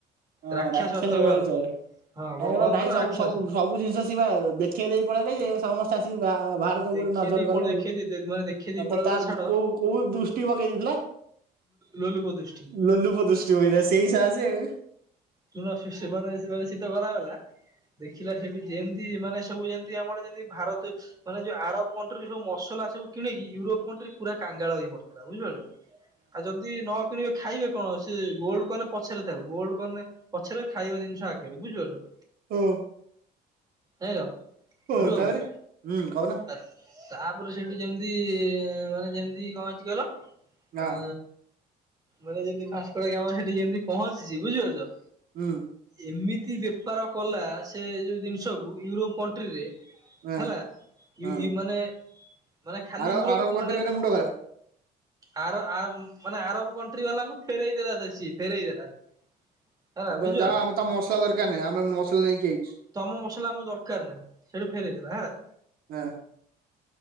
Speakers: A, on the right; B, on the right.
A: ହଁ
B: ରାକ୍ଷାସ
A: ରାକ୍ଷସ
B: ଆସିଥିଲା
A: କହିଲେ
B: ଭାରତକୁ
A: ଚ଼ଳେ,
B: ହଁ
A: କାଇଁ
B: ଭଗବନ୍ତ
A: କହିଲ ନାଇଁ
B: ନୁହଁ
A: ସବୁ
B: ରାକ୍ଷାସ
A: ସବୁ। ସବୁ ଜିନିଷ ସେପା ଦେଖେଇ ଦେଇ ପଳେଇଲେ ଇଏ ସମସ୍ତ ଙ୍କୁ ଚାଷି କି ଭା ଭାରତ
B: ଦେଖେଇ
A: ଉପରେ ନଜର
B: ଦେଇ
A: କଲେ
B: ପଳେଇ ଦେଖେଇ ଦେଇ ମାନେ ଦେଖେଇ ଦେଇ
A: ଆଉ
B: ପଳେଇଲା
A: ତ ତାର
B: ଛାଡ
A: କୋଉ କୋଉ ଦୃଷ୍ଟି ପକେଇ ଦେଇଥିଲା।
B: ଲୁ ଲୁଲୁପଦୃଷ୍ଟି।
A: ଲୁଲୁପଦୃଷ୍ <unintelligible> ସେଇ ସାହାସେଉ।
B: <unintelligible> ସିତ କରା ଗଲା ଦେଖିଲା ସେଠି ଯେମିତି ମାନେ ସବୁ ଯେମିତି ଆମର ଯେମିତି ଭାରତ ମାନେ ଯୋଉ ଆରବ କଣ୍ଟ୍ରିର ସବ ମସଲା ସବୁ କିଣିକି ୟୁରୋପ କଣ୍ଟ୍ରି ପୁରା କାଙ୍ଗାଳ ହେଇ ପଡିଥିଲା ବୁଝି ପାରୁଛ। ଆଉ ଯଦି ନ କିଣିବେ ଖାଇବେ କଣ? ସେ ଗୋଲ୍ଡ କଏନ୍‌ ପଛରେ ଥାଉ ଗୋଲଡ କଏନ୍ ପଛରେ ଖାଇବା ଜିନିଷ ଆଗରେ ବୁଝିପାରୁଛ।
A: ଓ।
B: ଜାଣିଲ
A: ଓ
B: ଟୁଟୁ
A: ଓ ତାପରେ
B: ବାବୁ!
A: ହୁଁ କହୁନ
B: ଆସ୍‌ ତାପରେ ସେଇଠୁ ଯେମିତି ମାନେ ଯେମିତି କଣ ହେଇଛି କହିଲ?
A: ହଁ
B: ଅଂ ମାନେ ଯଦି ଫାଷ୍ଟରେ <unintelligible> ଯେମିତି ପହଞ୍ଚିଛି ବୁଝିପାରୁଛ।
A: ହୁଁ।
B: ଏମିତି ବେପାର କଲା ସେ ଯୋଉ ଜିନିଷକୁ ୟୁରୋପ କଣ୍ଟ୍ରିରେ
A: ହଁ
B: ହେଲା
A: ହଁ
B: ମାନେ ମାନେ ଖାଲି
A: ଆର
B: ୟୁରୋପକୁ
A: ଆରବ କଣ୍ଟ୍ରି
B: ମାନେ
A: ମୁଣ୍ଡ ଖରାପ।
B: ଆର ଆ ମାନେ ଆରବ କଣ୍ଟ୍ରି ବାଲାଙ୍କୁ ଫେରଇଦେଲା ସେ ସିଏ ଫେରଇ ଦେଲା। ହେଲା
A: ତମେ
B: ବୁଝିପାରୁଛ
A: ତମ ଯାଅ ଆମେ ତ ମସଲା ଦରକାର ନାହିଁ। ଆମେ ମସଲା ନେଇକି ଆଇଛୁ।
B: ତମ ମସଲା ଆମକୁ ଦରକାର ନାହିଁ। ସେଇଠୁ ଫେରଇଦେଲା ହେଲା।
A: <unintelligible>